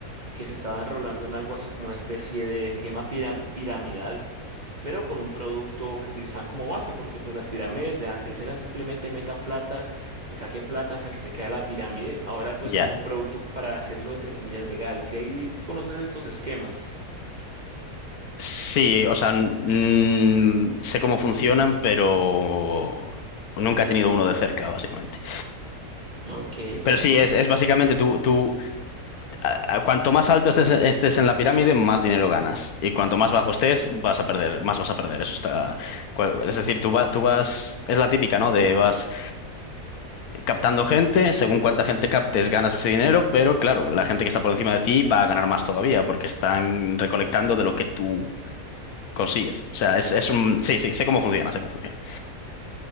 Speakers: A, on the right; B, on the left.
A: que se estaba enrolando en algo así como una especie de esquema piram- piramidal pero con un producto que utilizaban como base, porque pues las pirámides de antes eran simplemente meta plata y saque plata hasta que se cae la pirámide. Ahora pues
B: ya.
A: usan un producto para hacerlo entre comillas legal. Si hay, si conoces estos esquemas.
B: Sí, o sea, mm, sé cómo funcionan, pero nunca he tenido uno de cerca, básicamente.
A: Ok, bueno.
B: Pero sí, es, es básicamente tú, tú a- a- cuanto más alto estés, estés en la pirámide, más dinero ganas. Y cuanto más bajo estés, vas a perder, más vas a perder. Eso está. cua- Es decir, tú, va- tú vas. Es la típica, ¿no? De vas captando gente, según cuánta gente captes, ganas ese dinero, pero claro, la gente que está por encima de ti va a ganar más todavía, porque están recolectando de lo que tú consigues. O sea, es, es un. Sí, sí, sé cómo funciona, sé cómo funciona.